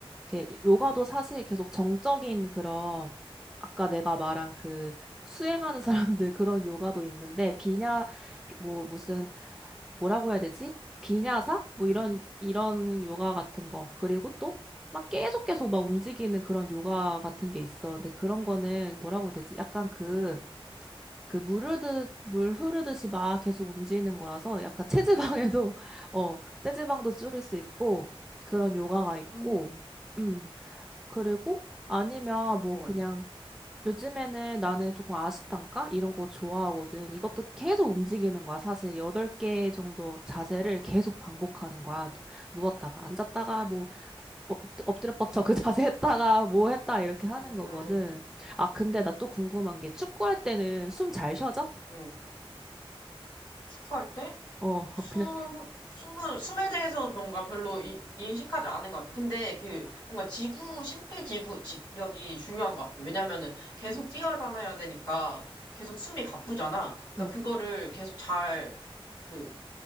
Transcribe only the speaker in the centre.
이렇게 요가도 사실 계속 정적인 그런 아까 내가 말한 그 수행하는 <laughs> 사람들 그런 요가도 있는데 비냐 비- 뭐
무슨 뭐라고 해야 되지? 비냐사? 뭐 이런
이런 요가 같은 거. 그리고 또 막 계속 계속 막 움직이는 그런 요가 같은 게 있어. 근데 그런 거는 뭐라고 해야 되지? 약간 그
그 물 흐르듯 물 흐르듯이 막 계속 움직이는 거라서 약간 체지방에도 <laughs> 어 체지방도 줄일 수 있고 그런 요가가
있고
음. 그리고 아니면 뭐
그냥 요즘에는 나는 조금 아시탄가 이런 거 좋아하거든. 이것도 계속 움직이는 거야. 사실 여덟 개 정도 자세를 계속 반복하는 거야. 누- 누웠다가 앉았다가 뭐 엎- 엎드려 뻗쳐 그 <laughs> 자세 했다가 뭐 했다 이렇게 하는
거거든. 아 근데 나 또 궁금한 게 축구할 때는 숨 잘 쉬어져?
어 <laughs>
그냥
응.